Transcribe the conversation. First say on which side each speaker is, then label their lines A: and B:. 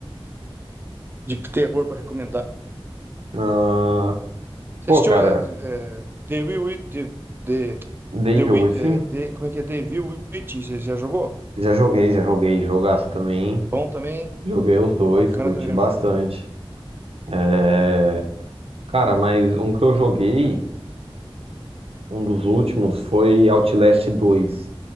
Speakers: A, on the right; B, on the right.
A: de terror pra recomendar?
B: Ah,
A: Você
B: pô,
A: assistiu
B: cara,
A: é, é, The Will Wit- The, The,
B: Devil
A: The Wit-
B: Within?
A: é, The- como é que é? The Will Witching, você já jogou?
B: Já joguei, já joguei. Jogaço também.
A: É Bom também, hein?
B: Joguei os dois,
A: bacana
B: curti
A: também
B: bastante.
A: o jogo.
B: É, cara, mas um que eu joguei, um dos últimos, foi Outlast 2.